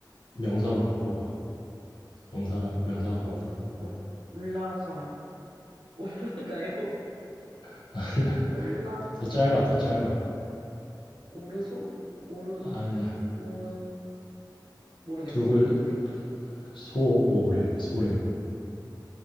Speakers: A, on the left (about 75°); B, on the right (about 80°).
A: 명사로 바꿔 봐. 명사라 명사가 맞나?
B: 올,
A: 어.
B: 올, 올라감, <laughs> 올라가요?
A: <laughs> 아니야.
B: 올라,
A: 더 짧아, 더 짧아.
B: 오르소? 오르,
A: 아니야.
B: 오르, 모르겠어.
A: 두 글,
B: 뭔데?
A: 소오름 소름